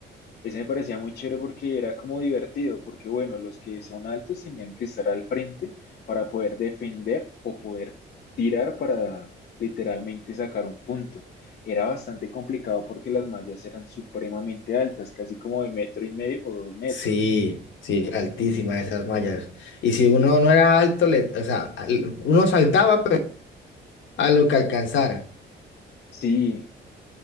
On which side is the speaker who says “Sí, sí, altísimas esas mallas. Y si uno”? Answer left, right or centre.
Left